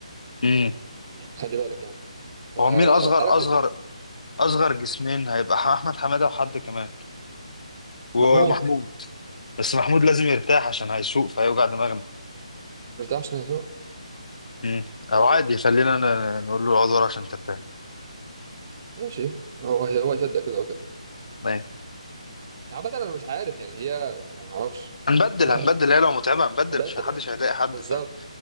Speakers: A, on the left (about 80°); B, on the right (about 20°).
A: امم
B: خلي بالك يعني فانا
A: هو مين أصغر
B: في...
A: أصغر أصغر جسمين هيبقى أحمد حمادة وحد كمان ومحمود
B: محمود
A: بس محمود لازم يرتاح عشان هيسوق فهيوجع دماغنا
B: مش ده عشان يسوع
A: مم.
B: اه
A: او عادي خلينا ن- نقول له اقعد ورا عشان ترتاح
B: ماشي هو هو يصدق كده وكده
A: ماشي
B: يعني عامة انا مش عارف يعني هي انا ما اعرفش
A: هنبدل
B: آه،
A: هنبدل هي لو متعبه هنبدل
B: بدل
A: مش محدش
B: يعني
A: هيضايق حد
B: بالظبط
A: فاهم